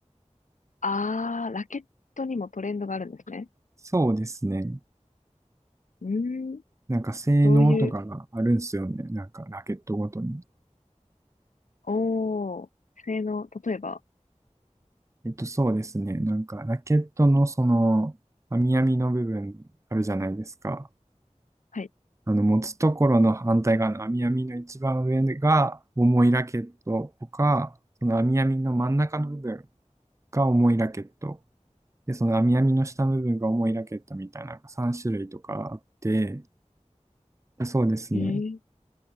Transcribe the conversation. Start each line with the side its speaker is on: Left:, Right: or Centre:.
Left: あー、ラケットにもトレンドがあるんですね。
Right: そうですね。
Left: うーん、
Right: なんか性能とかがあるんすよね。
Left: どういう、
Right: なんかラケットごとに。
Left: おー、性能、例えば、
Right: えっとそうですね。なんかラケットのその網み編みの部分あるじゃないですか。
Left: はい。
Right: あの、持つところの反対側の網やみの一番上が重いラケットとか、その網やみの真ん中の部分が重いラケット。で、その網やみの下の部分が重いラケットみたいな3種類とかあって、でそうですね。
Left: えー、